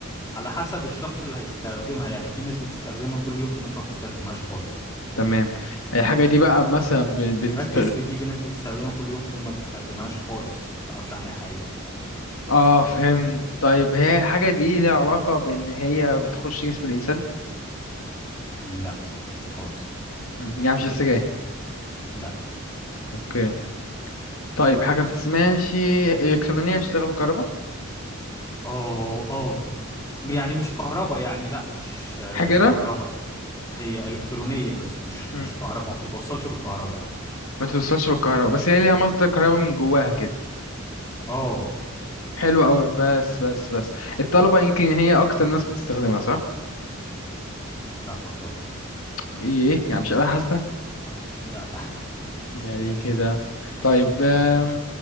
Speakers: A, on the left; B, on the left.
A: على حسب الشخص اللي هيستخدمها يعني في ناس بتستخدمها كل يوم في ناس ما بتستخدمهاش خالص
B: تمام الحاجة دي بقى مثلا بن- بنستخدم
A: ركز في دي في ناس بتستخدمها كل يوم في ناس ما بتستخدمهاش خالص ما تعرفش عنها حاجة
B: اه فهمت طيب هي الحاجة دي ليها علاقة بان هي بتخش جسم الانسان
A: لا خالص لا
B: مم، يعني مش السجاير
A: لا
B: اوكي طيب حاجة ما بتسمعش إلكترونية اشتغل بالكهرباء
A: اه اه يعني
B: مم.
A: مش كهربا يعني لا مش
B: حجرة
A: مش كهربا هي الكترونيه بس مش
B: مم.
A: مش كهرباء ما بتتوصلش بالكهرباء يعني
B: ما توصلش بالكهرباء بس هي ليها مصدر كهرباء من جواها كده
A: اه
B: حلو قوي بس بس بس الطلبة يمكن هي أكتر ناس بتستخدمها صح؟
A: لا خالص
B: إيه يعني مش آلة حاسبة؟
A: لا
B: يعني كده طيب آم،